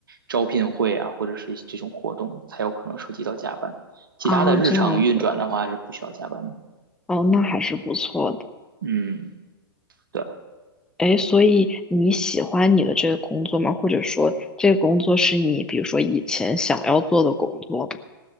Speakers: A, on the right; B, in the centre.
A: 招聘会啊，或者是这种活动，才有可能涉及到加班。其他的日常运转的话是不需要加班的。
B: 啊，这样子哦，那还是不错的。
A: 嗯，对，
B: 哎，所以你喜欢你的这个工作吗？或者说，这个工作是你比如说以前想要做的工作吗？